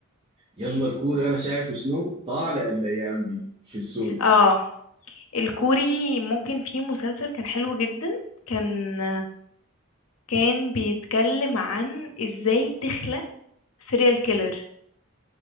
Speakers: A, on the right; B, on the left.
A: يلا الكوري انا شايفه شنو طالع الايام دي في السوق
B: اه الكوري ممكن في مسلسل كان حلو جدا كان كان بيتكلم عن ازاي تخلق سيريال كيلر